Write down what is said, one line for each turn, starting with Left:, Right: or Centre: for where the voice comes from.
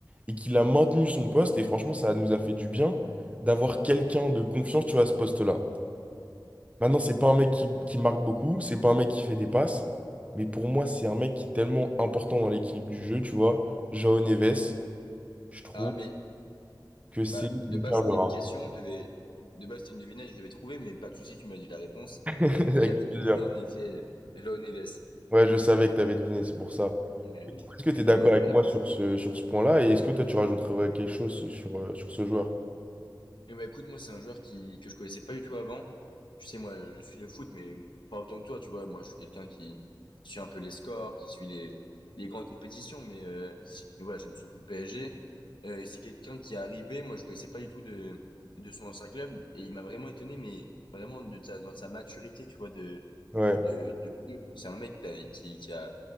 Right: et qu'il a maintenu son poste. Et franchement, ça nous a fait du bien d'avoir quelqu'un de confiance, tu vois, à ce poste-là. Maintenant, c'est pas un mec qui, qui marque beaucoup, c'est pas un mec qui fait des passes, mais pour moi, c'est un mec qui est tellement important dans l'équilibre du jeu, tu vois. Jao Neves, je trouve
Left: Ah, mais,
Right: que c'est
Left: bah, de
Right: une
Left: base,
Right: perle
Left: c'était
Right: rare.
Left: une question, je devais, de base, c'était une devinette, je devais trouver, mais pas de souci, tu m'as dit la réponse.
Right: <laughs> Avec
Left: J'avais deviné
Right: plaisir.
Left: en effet Joao Neves.
Right: Ouais, je savais que tu avais deviné, c'est pour ça.
Left: Bah
Right: Est-ce
Left: oui,
Right: que tu
Left: tu
Right: es
Left: me
Right: d'accord
Left: connais déjà.
Right: avec moi sur ce, sur ce point-là? Et est-ce que toi, tu rajouterais quelque chose sur, euh, sur ce joueur?
Left: et ben écoute, moi, c'est un joueur qui, que je connaissais pas du tout avant. Tu sais, moi, je suis le foot, mais pas autant que toi, tu vois. Moi, je suis quelqu'un qui, qui suit un peu les scores, qui suit les, les grandes compétitions, mais, euh, mais voilà, j'aime surtout le PSG. Euh, et c'est quelqu'un qui est arrivé, moi, je connaissais pas du tout de, de son ancien club, et il m'a vraiment étonné, mais vraiment de sa, dans sa maturité, tu vois, de,
Right: Ouais,
Left: de, de feu. C'est un mec t'as- qui, qui a,